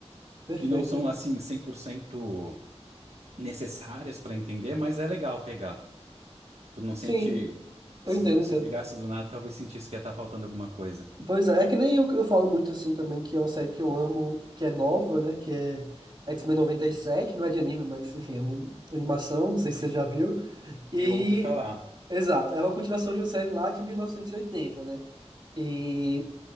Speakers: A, on the right; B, on the right.
A: Perfeito,
B: que não são
A: perfeito.
B: assim 100% necessárias para entender, mas é legal pegar. Tu não sente.
A: Sim,
B: Se,
A: eu entendo,
B: se
A: entendo.
B: pegasse do nada, talvez sentisse que ia estar faltando alguma coisa.
A: Pois é, é que nem eu, eu falo muito assim também, que é uma série que eu amo, que é nova, né? Que é X-Men noventa e sete não é de anime, mas enfim, é uma animação, não sei se você já viu. E.
B: Eu ouvi falar.
A: Exato, ela é uma continuação de uma série lá de mil novecentos e oitenta né? E